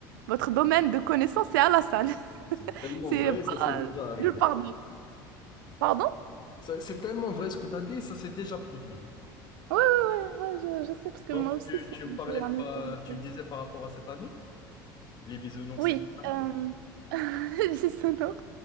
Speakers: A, on the right (about 80°); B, on the left (about 40°).
A: votre domaine de connaissances est à la salle.
B: C'est tellement
A: C'est
B: vrai,
A: pas
B: ça s'est déjà arrivé.
A: nulle part d'autre. Pardon?
B: Ça- C'est tellement vrai ce que tu as dit, ça s'est déjà produit.
A: Ouais, ouais, ouais, ouais, je, je sais, parce que
B: Donc,
A: moi aussi,
B: tu,
A: c'est-
B: tu me parlais
A: j'ai la même
B: pas,
A: chose.
B: tu me disais par rapport à cet ami? Les bisounours,
A: Oui,
B: etc.
A: euh... <laughs> sonore,